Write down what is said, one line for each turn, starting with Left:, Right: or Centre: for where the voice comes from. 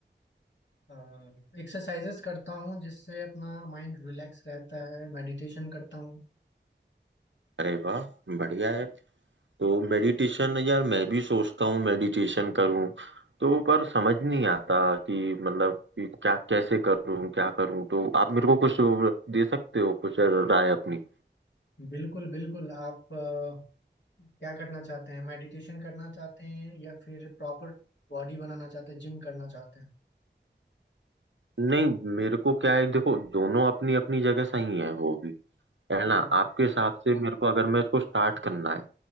Left: है एक्सरसाइजेस करता हूँ जिससे अपना माइंड रिलैक्स रहता है मेडिटेशन करता हूँ
Right: अरे वाह बढ़िया है तो मेडिटेशन यार मैं भी सोचता हूँ मेडिटेशन करूँ तो पर समझ नहीं आता कि मतलब कि क्या कैसे करूँ क्या करूँ तो आप मेरे को कुछ दे सकते हो कुछ राय अपनी
Left: बिल्कुल बिल्कुल आप अ, क्या करना चाहते हैं मेडिटेशन करना चाहते हैं या फिर प्रॉपर बॉडी बनाना चाहते हैं जिम करना चाहते
Right: नहीं मेरे को क्या है देखो दोनों अपनी अपनी जगह सही है वो भी है
Left: हैं
Right: ना
Left: बिल्कुल
Right: आपके हिसाब से मेरे को अगर मैं इसको स्टार्ट करना है